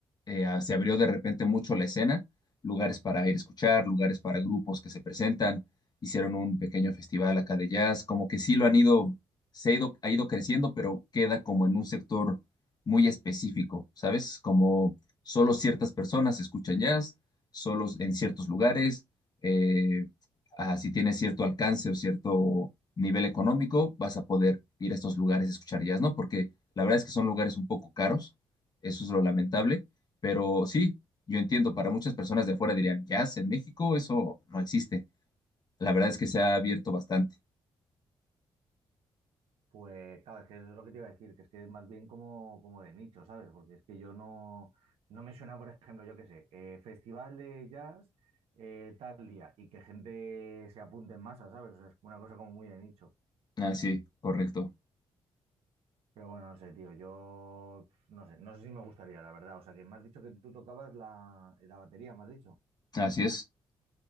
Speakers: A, on the left; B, on the right.
A: eh, ah, se abrió de repente mucho la escena, lugares para ir a escuchar, lugares para grupos que se presentan, hicieron un pequeño festival acá de jazz, como que sí lo han ido, se ha ido, ha ido creciendo, pero queda como en un sector muy específico, ¿sabes? Como solo ciertas personas escuchan jazz, solo en ciertos lugares, eh, ah, si tienes cierto alcance o cierto nivel económico, vas a poder ir a estos lugares a escuchar jazz, ¿no? Porque la verdad es que son lugares un poco caros, eso es lo lamentable, pero sí, yo entiendo, para muchas personas de afuera dirían, jazz en México, eso no existe. La verdad es que se ha abierto bastante.
B: Pues claro, es que eso es lo que te iba a decir, que es que es más bien como, como de nicho, ¿sabes? Porque es que yo no, no me suena, por ejemplo, yo qué sé, eh, festival de jazz eh, tal día y que gente se apunte en masa, ¿sabes? O sea, es una cosa como muy de nicho.
A: Ah, sí, correcto.
B: Pero bueno, no sé, tío, yo pf, no sé, no sé si me gustaría, la verdad. O sea, que me has dicho que tú tocabas la, la batería, me has dicho.
A: Así es.